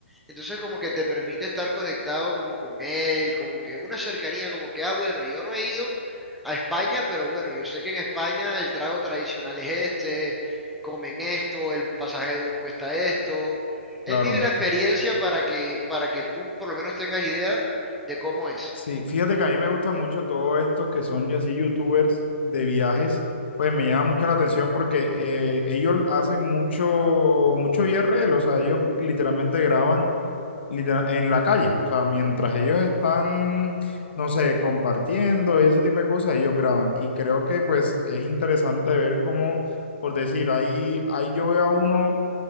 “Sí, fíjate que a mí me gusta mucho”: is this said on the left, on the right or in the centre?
Left